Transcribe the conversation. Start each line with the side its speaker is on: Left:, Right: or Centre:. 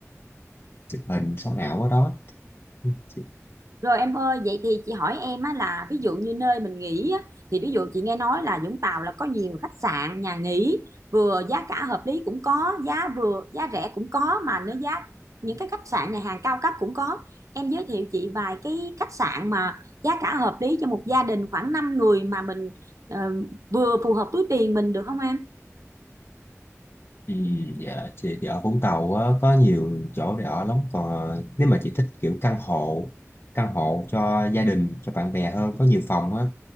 Left: chụp hình sống ảo ở đó chị,
Right: Rồi em ơi, vậy thì chị hỏi em á là ví dụ như nơi mình nghỉ á, thì ví dụ chị nghe nói là Vũng Tàu là có nhiều khách sạn, nhà nghỉ vừa giá cả hợp lý cũng có, giá vừa giá rẻ cũng có mà nếu giá những cái khách sạn nhà hàng cao cấp cũng có. Em giới thiệu chị vài cái khách sạn mà giá cả hợp lý cho một gia đình khoảng 5 người mà mình ờ, vừa phù hợp túi tiền mình được không em?
Left: Ừ, dạ chị thì ở Vũng Tàu á, có nhiều chỗ để ở lắm còn ờ, nếu mà chị thích kiểu căn hộ căn hộ cho gia đình cho bạn bè hơn có nhiều phòng á